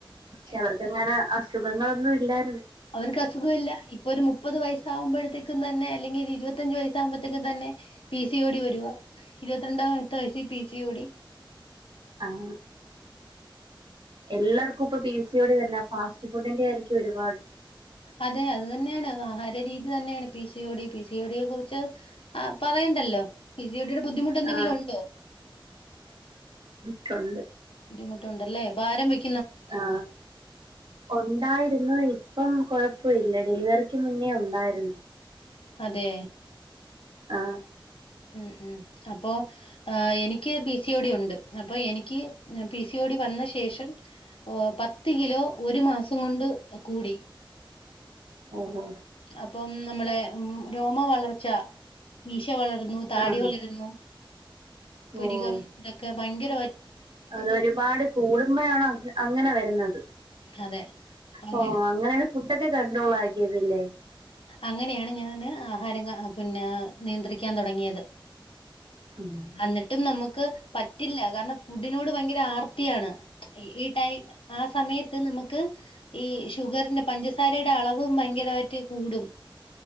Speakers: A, on the right; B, on the left.
A: പക്ഷെ അവർക്ക്ങ്ങനെ അസുഖങ്ങളൊന്നും ഇല്ലായിരുന്നു.
B: അവർക്ക് അസുഖം ഇല്ല ഇപ്പൊ ഒരു മുപ്പത് വയസ് ആകുമ്പോഴത്തേക്കും തന്നെ ആവുമ്പഴത്തേക്കും തന്നെ അല്ലെങ്കിൽ ഇരുപത്തഞ്ച വയസ്സ് ആകുമ്പഴത്തേക്കും തന്നെ പി സി ഒ ഡി വരുവാ. ഇരുപത്തിരണ്ടാമത്തെ വയസ്സിൽ പി സി ഓടി
A: ആ ഉം എല്ലാർക്കും ഇപ്പൊ പിസി പിസി ഓടി തന്നാ ഫാസ്റ്റ് ഫുഡിന്റെ ആയിരിക്കും ഒരുപാട്.
B: അതെ അത് തന്നെയാണ് ആഹാര രീതി തന്നെയാണ് P C O D P സിഓ ഡിയെ കുറിച്ച് ആ പറയണ്ടല്ലോ പിസി ഓ ഡിയുടെ ബുദ്ധിമുട്ട് എന്തെങ്കിലും
A: ആണ്
B: ഉണ്ടോ
A: ട്ടുണ്ട്
B: ബുദ്ധിമുട്ടുണ്ടല്ലേ ഭാരം വയ്ക്ക്
A: ആ ഉണ്ടായിരുന്നു ഇപ്പം കൊഴ പ്പ ഇല്ല ഡെലിവറിക്ക് മുന്നേ ഉണ്ടായിരുന്നു
B: അതെ
A: ആ
B: ഉം ഉം അപ്പോ ആ എനിക്ക് ക്ക് പി സ ടി ഉണ്ട് അപ്പോ എനിക്ക് പി സി ടി വന്ന ശേഷം ഓ പത്ത്കിലോ ഒരു മാസം കൊണ്ട് കൂടി
A: ഓ ഹോ
B: അപ്പം നമ്മളെ രോമ വളർ ച്ച മീശ വളരുന്നു താടി
A: ആഹ്
B: വളരുന്നു പുരികം
A: ഓഹ്
B: ഇതൊക്കെ ഭയങ്കര
A: അതൊരുപാട് കൂടുമ്പോഴാണോ അങ്ങ അങ്ങനെ വരുന്നത്
B: അതെ അങ്ങനെ
A: ഓ അങ്ങനാണ് ഫുഡൊക്കെ കണ്ട്രോൾ ആക്കിയത് ലേ
B: അങ്ങനെയാണ് ഞാന് ആഹാരം ങ്ങ പിന്നെ നിയന്ത്രിക്കാൻ തുടങ്ങിയത്
A: ഉ <unintelligible>
B: അന്നിട്ടും നമുക്ക് പറ്റില്ല കാരണം ഫുഡിനോട് ഭയങ്കര ആർത്തിയാണ് ഈ ടൈ ആ സമയത്ത് നമുക്ക് ഈ ഷുഗറിന്റെ പഞ്ചസാരയുടെ അളവും ഭയങ്കരമായിട്ട് കൂടും